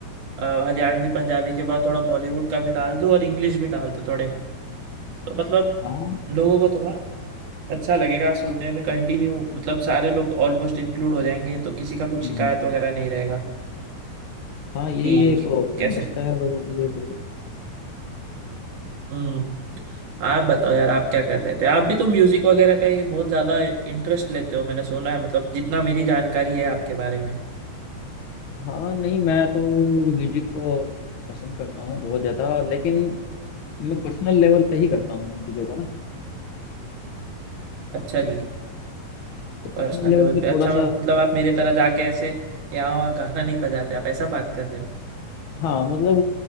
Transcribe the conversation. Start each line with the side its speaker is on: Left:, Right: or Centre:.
Right: अ, हरियाणवी पंजाबी के बाद थोड़ा बॉलीवुड का भी डाल दूँ और इंग्लिश भी डाल दूँ थोड़े तो मतलब
Left: हाँ
Right: लोगों को थोड़ा अच्छा लगेगा सुनने में कंटिन्यू मतलब सारे लोग ऑलमोस्ट इंक्लूड हो जाएंगे तो किसी का कुछ
Left: हम्म
Right: शिकायत वगैरह नहीं रहेगा
Left: हाँ यही
Right: कि
Left: एक ऑप्शन
Right: कैसे
Left: बचता है लोगों के लिए फिर तो।
Right: हम्म आप बताओ यार आप क्या कर रहे थे आप भी तो म्यूजिक वगैरह का ये बहुत ज्यादा इंटरेस्ट लेते हो मैंने सुना है मतलब जितना मेरी जानकारी है आपके बारे में
Left: हाँ नहीं मैं तो म्यूजिक को पसंद करता हूँ बहुत ज़्यादा लेकिन मैं पर्सनल लेवल पे ही करता हूँ उन चीज़ों को ना
Right: अच्छा जी
Left: तो पर्सनल
Right: पर्सनल
Left: लेवल
Right: लेवल
Left: पे
Right: पे अच्छा
Left: थोड़ा
Right: मतलब
Left: सा
Right: आप मेरे तरह जाके ऐसे यहाँ वहाँ गाना नहीं बजाते आप ऐसा बात कर रहे हो
Left: हाँ मतलब